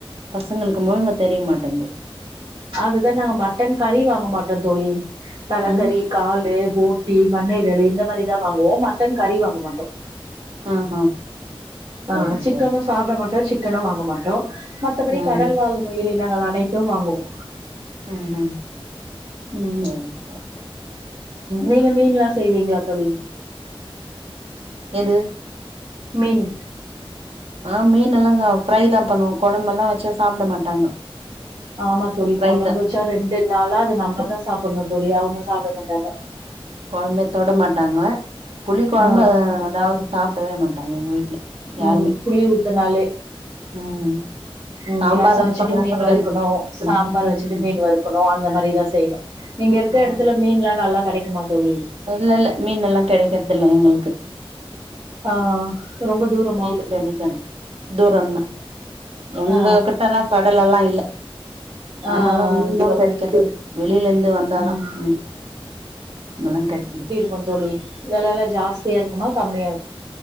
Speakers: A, on the right (about 80°); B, on the right (about 50°).
A: பசங்களுக்கு முழுங்க தெரிய மாட்டேங்குது
B: அதுதா நாங்க மட்டன் கறி வாங்க மாட்டோ தோழி தலகறி
A: ம்
B: காலு போன் போட்டி மண்ணிரலு இந்த மாரிதா வாங்குவோ மட்டன் கறி வாங்க மாட்டோ
A: ஆஹா
B: ஆ
A: சரி
B: சிக்கனு
A: சரி
B: சாப்ட மாட்டோ சிக்கனு வாங்க மாட்டோ மத்தபடி
A: ம்
B: கடல் வாழ் உயிரினங்கள் அனைத்து வாங்குவோ
A: ம்
B: ம்
A: சரி சரி
B: நீங்க மீன்லா செய்வீங்களா தொழி
A: எது
B: மீன்
A: ஆ மீன்னலா நாங்க ஃப்ரைதா பண்ணுவோ கொழம்பெல்லா வெச்சா சாப்ட மாட்டாங்க
B: ஆமா தோழி
A: ஃப்ரை
B: கொழம்பு
A: தா
B: வெச்சா ரெண்டு நாளா அத நம்மதா சாப்பட்ணு தொழி அவுங்க சாப்பட மாட்டாங்க
A: கொழம்பே தொட மாட்டாங்க புளி கொழம்ப
B: ஆ
A: அதாவ்து சாப்டவே மாட்டாங்க எங்க வீட்ல யாருமே
B: ம் புளி ஊத்தனாலே
A: ம்
B: ம்
A: சாம்பார்
B: ரசோ
A: வெப்பாங்க
B: வெச்சுட்டு மீன்
A: பொரியல்
B: வறுக்கணு சாம்பார்
A: ம்
B: வெச்சிட்டு மீன் வறுக்கணு அந்த மாரிதா செய்யணு நீங்க இருக்க
A: ம்
B: எடத்துல மீன்லா நல்லா கடைக் குமா தோழி
A: இல்ல இல்ல மீன் எல்லா கெடைக்றது இல்ல எங்களுக்கு
B: ஆ ரொம்ப தூறோ
A: மீ கடைக்காது தூரோந்தா எங்க
B: ஆ
A: கிட்டல்லா கடல்லலா இல்ல
B: ஆ
A: ஆனாலு மீனு
B: தூரம்
A: கெடைக்கட்டு வே வெளியில இந்து வந்தாதா
B: ம்
A: மீ இங்கலா கேட் <inaudible>
B: கோ தோழி வேல எல்லா ஜாஸ்தியா இருக்குமா கம்மியா இருக்